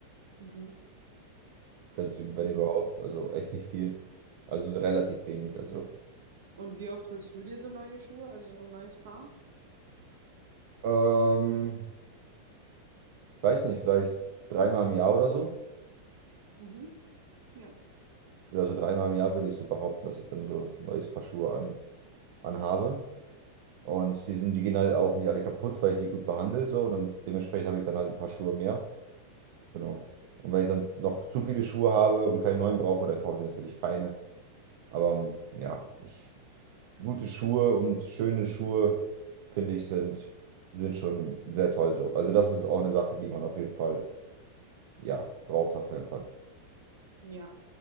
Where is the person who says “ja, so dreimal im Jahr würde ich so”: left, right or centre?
Right